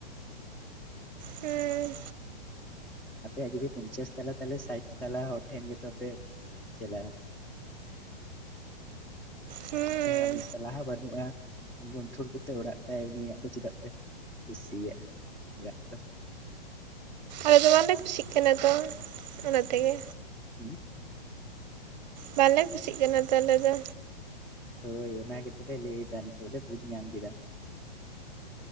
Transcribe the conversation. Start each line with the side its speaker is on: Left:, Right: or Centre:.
Right: ᱦᱮᱸᱻ
Centre: ᱟᱯᱮᱭᱟᱜ ᱡᱩᱫᱤ ᱯᱚᱧᱪᱟᱥ ᱛᱟᱞᱟ ᱛᱟᱦᱚᱞᱮ ᱥᱟᱴ ᱛᱟᱞᱟ ᱦᱚᱲ ᱴᱷᱮᱱ ᱜᱮᱛᱚᱯᱮ ᱪᱟᱞᱟᱜᱼᱟ?
Right: ᱦᱩᱸ
Centre: ᱡᱟᱦᱟᱭᱟᱜ ᱢᱤᱫ ᱛᱟᱞᱟ ᱦᱚᱸ ᱵᱟᱹᱱᱩᱜᱼᱟ, ᱜᱩᱱᱴᱷᱩᱲ ᱠᱚᱛᱮ ᱚᱲᱟᱜ ᱛᱟᱭ ᱩᱱᱤᱭᱟᱜ ᱫᱚ ᱪᱮᱫᱟᱜ ᱯᱮ ᱠᱩᱥᱤᱭᱟᱜᱼᱟ ᱚᱲᱟᱜ ᱫᱚ?
Right: ᱟᱫᱚ ᱵᱟᱞᱮ ᱠᱩᱥᱤᱜ ᱠᱟᱱᱟ ᱛᱚ ᱚᱱᱟ ᱛᱮᱜᱮ
Centre: ᱩᱦᱩᱜ᱾
Right: ᱵᱟᱞᱮ ᱠᱩᱥᱤᱜ ᱠᱟᱱᱟ ᱛᱚ ᱟᱞᱮ ᱫᱚ
Centre: ᱦᱳᱭ ᱚᱱᱟ ᱜᱮᱛᱚ ᱞᱮ ᱞᱟᱹᱭ ᱫᱟ ᱱᱤᱛᱚᱜ ᱞᱮ ᱵᱩᱡᱽ ᱧᱟᱢ ᱠᱮᱫᱟ᱾